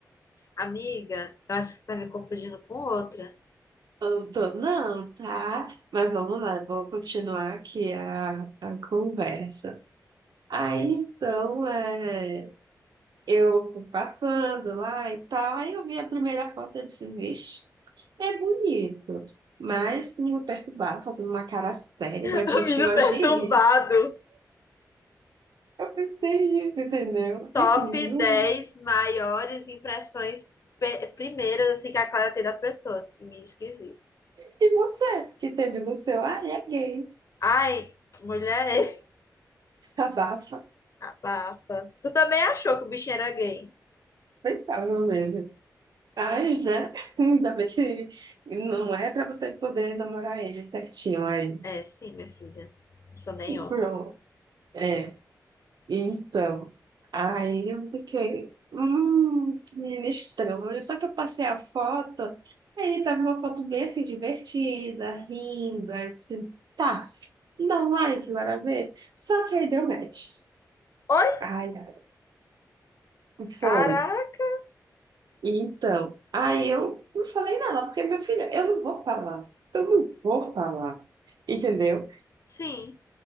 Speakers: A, on the left; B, on the right.
A: amiga? Eu acho que você tá me confundindo com outra.
B: Eu tô, não, tá? Mas vamos lá, vou continuar aqui a, a conversa. Aí então, é, eu fui passando lá e tal. Aí eu vi a primeira foto e disse, vixe, é bonito. Mas me perturbaram, fazendo uma cara séria,
A: <laughs>
B: igual de
A: O
B: gente
A: Menino
B: que gosta
A: perturbado.
B: de rir. Eu pensei nisso, entendeu?
A: Top
B: Ai, que menino
A: 10 maiores impressões pe- primeiras assim, que a Clara tem das pessoas. Meio esquisito.
B: E você, que teve no seu, ah, ele é gay,
A: Ai, mulher,
B: abafa.
A: <laughs> abafa. Tu também achou que o bichinho era gay?
B: Pensava no mesmo. Mas, né? <laughs> Ainda bem que não é pra você poder namorar ele certinho aí.
A: É, sim, minha filha. Não sou nem homem.
B: Pronto. É. Então, aí eu fiquei, hum, menino estranho. Só que eu passei a foto, aí ele tava uma foto bem assim, divertida, rindo. Aí eu disse, tá, dá um like, bora ver. Só que aí deu match.
A: Oi?
B: Ai, ai,
A: Caraca!
B: foi. Então, aí eu não falei nada, porque, meu filho, eu não vou falar, eu não vou falar, entendeu?
A: Sim,